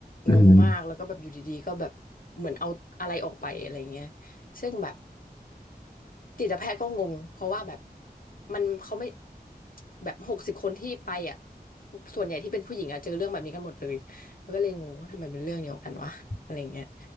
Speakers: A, on the left (about 30°); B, on the left (about 55°).
A: อืม
B: งงมากแล้วก็แบบอยู่ดีๆก็แบบเหมือนเอาอะไรออกไปอะไรเงี้ยซึ่งแบบ จิตแพทย์ก็งงเพราะว่าแบบมันเขาไม่แบบหกสิบคนที่ไปอ่ะส่วนใหญ่ที่เป็นผู้หญิงอ่ะเจอเรื่องแบบนี้กันหมดเลยมันก็เลยงงว่าทำไมเป็นเรื่องเดียวกันวะอะไรเงี้ย